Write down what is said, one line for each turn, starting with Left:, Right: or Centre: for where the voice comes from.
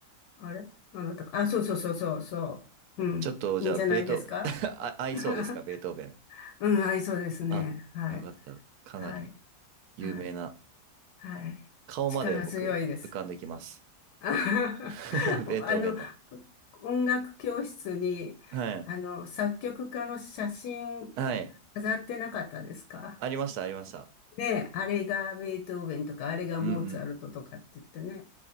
Left: あれあなたか。あ、そうそうそうそう、そう。うん。
Right: ちょっとじゃあ、
Left: いいんじゃないですか
Right: ベートーベン <laughs> あ、合いそうですか、
Left: <laughs>
Right: ベートーベン。
Left: うん、合いそうですね。
Right: あ、
Left: はい。
Right: よかった。かなり
Left: はい、
Right: 有名な。
Left: はい、はい。
Right: 顔まで僕浮かんできます。
Left: 力強いです。<laughs>
Right: <laughs> ベートーベンの。
Left: あの、音楽教室に、
Right: はい。
Left: あの、作曲家の写真
Right: はい。
Left: 飾ってなかったですか
Right: ありました、ありました。
Left: ねえ、あれがベートーベンとか、あれがモーツァルトとかって言ってね。
Right: うんうん。